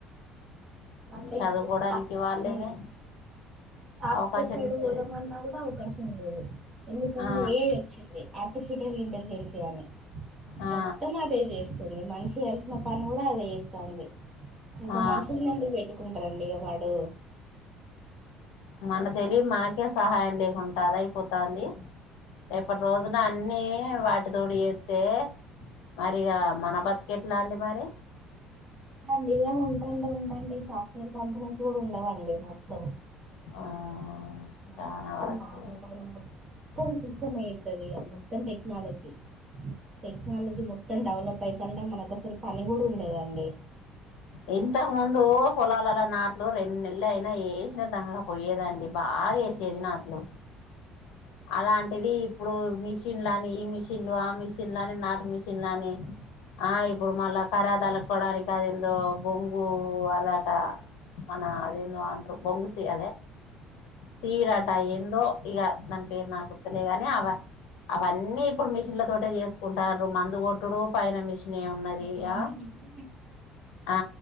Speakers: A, on the right; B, on the left.
A: అంటే
B: చదువుకోవడానికి
A: ఇప్పుడు ఖా
B: వాళ్ళేనే
A: హూ సాఫ్ట్వేర్
B: అవకాశం
A: సైడ్
B: ఇచ్చేది
A: పోదామన్నా కూడా అవకాశం లేదు ఎందుకంటే
B: ఆ
A: ఏఐ వచ్చింది ఆప్టిఫీటల్ ఇంటలిజెన్సీ అని
B: ఆ
A: మొత్తం అదే చేస్తుంది మనిషి చేయాల్సిన పని కూడా అదే చేస్తుంది ఇంకా
B: ఆ
A: మనుషుల్ని ఎందుకు పెట్టుకుంటారండి వాడు
B: మన
A: ఇంకా
B: తెలివి మనకే సహాయం లేకుండా అది అయిపోతంది రేపటి రోజున అన్ని వాటితోటి చేస్తే మరిగా మన బతుకు ఎట్లా అండి మరి
A: డి ఉంటాఅంటే ఉంటాఅంటే ఈ సాఫ్ట్వేర్ కంపెనీస్ కూడా ఉండవండి మొత్తం
B: ఆ
A: మొత్తం
B: చాలా వరకు
A: ఆన్లైన్ మో సిస్టమే చేస్తది మొత్తం టెక్నాలజీ టెక్నాలజీ మొత్తం డెవలప్ ఐతంటే మనకు అసలు పని కూడా ఉండదండి
B: ఇంతకు ముందు పొలాలల్ల నాట్లు రెండు నెలలైనా వేసినా దంగక పోయేదండి బా ఆగేసేది నాట్లు అలాంటిది ఇప్పుడు మిషన్లని ఈ మిషన్లు ఆ మిషన్లని నాటు మిషన్లని ఆ ఇప్పుడు మళ్ళా ఖరాదలుక్కోవడానికి అది ఏందో బొంగు అద అంతా మన అదేందో అంట్రూ బొంగుసి అదే సీడట ఏందో ఇగా దాని పేరు నాకు గుర్తులేగాని ఆ అవన్నీ ఇప్పుడు మిషన్ల తోటే చేసుకుంటార్రు మందు కొట్టుడు పైన మిషన్ ఎం ఉన్నది
A: మందు
B: ఆ
A: కొట్టుడు
B: ఆ